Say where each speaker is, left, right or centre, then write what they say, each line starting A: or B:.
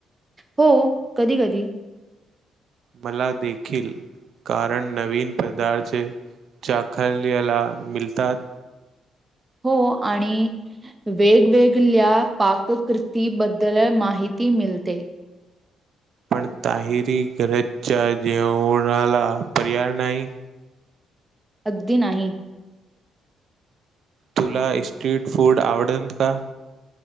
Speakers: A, on the right (about 20°); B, on the right (about 60°).
A: हो कधी कधी
B: मला देखील, कारण नवीन पदार्थ चाखल्याला मिळतात
A: हो आणि वेगवेगळ्या पाककृतीबद्दल माहिती मिळते
B: पण ताहिरी घरच्या जेवणाला पर्याय नाही
A: अगदी नाही
B: तुला स्ट्रीट फूड आवडेल का?